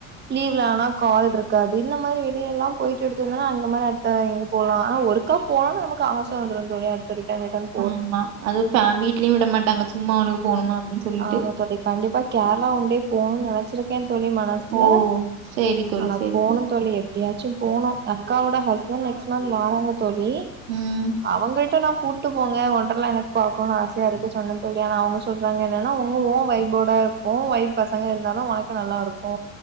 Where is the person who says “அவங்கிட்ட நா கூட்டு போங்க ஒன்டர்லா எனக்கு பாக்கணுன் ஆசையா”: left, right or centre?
Right